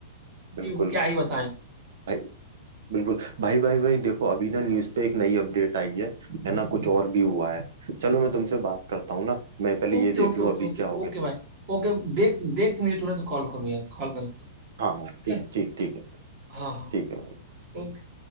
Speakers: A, on the right; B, on the right.
A: कि
B: बिल्कुल
A: क्या ही बताएं
B: भाई बिल्कुल भाई भाई भाई देखो अभी ना न्यूज़ पे एक नई अपडेट आई है है ना कुछ और भी हुआ है चलो मैं तुमसे बात करता हूँ ना मैं पहले
A: Okay
B: ये
A: okay
B: देख लूँ
A: okay
B: अभी
A: okay
B: क्या हो गया
A: okay भाई ओके देख देख के मुझे तुरंत कॉल करो यार कॉल करो फिर
B: हाँ हाँ
A: ठीक
B: ठीक
A: है
B: ठीक ठीक है भाई,
A: हाँ हाँ
B: ठीक है
A: ओके